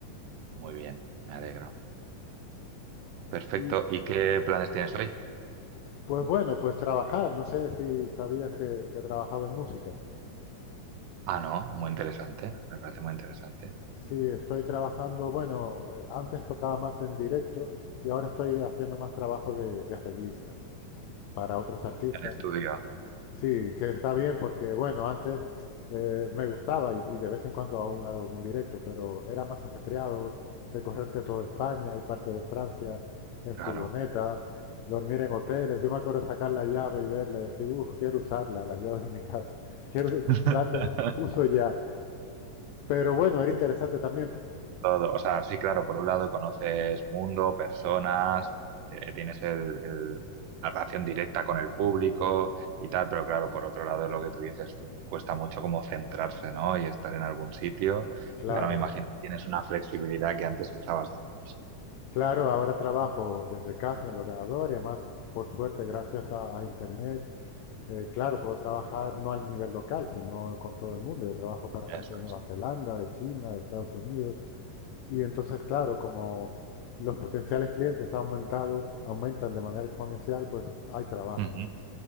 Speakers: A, on the right (about 80°); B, on the left (about 85°).
A: Muy bien, me alegro. Perfecto.
B: Y
A: ¿Y qué planes tienes hoy?
B: pues bueno, pues trabajar. No sé si sabías que, que trabajaba en música.
A: Ah, no, muy interesante. Me parece muy interesante.
B: Sí, estoy trabajando. Bueno, eh, antes tocaba más en directo y ahora estoy haciendo más trabajo de, de arreglista para otros artistas.
A: El estudio,
B: Sí, que está bien porque, bueno, antes eh, me gustaba y, y de vez en cuando aún hago algún directo, pero era más ajetreado recorrerte toda España y parte de Francia en
A: claro.
B: furgoneta, dormir en hoteles. Yo me acuerdo sacar la llave y verla y decir, uff, quiero usarla, las llaves de mi casa, <laughs> quiero us-
A: <laughs>
B: darles uso ya. Pero bueno, era interesante también,
A: todo. O sea, sí, claro, por un lado conoces mundo, personas, eh, tienes el, el- la relación directa con el público y tal, pero claro, por otro lado es lo que tú dices, cuesta mucho como centrarse, ¿no? Y estar en algún sitio.
B: claro,
A: Y ahora me imagino que tienes una flexibilidad que antes echabas de menos.
B: claro, ahora trabajo desde casa en el ordenador y además, por suerte, gracias a, a Internet, Eh, claro, puedo trabajar no al nivel local, sino con todo el mundo. Yo trabajo para
A: Eso
B: gente de
A: es.
B: Nueva Zelanda, de China, de Estados Unidos. Y entonces, claro, como los potenciales clientes han aumentado, aumentan de manera exponencial, pues hay trabajo.
A: Ujú.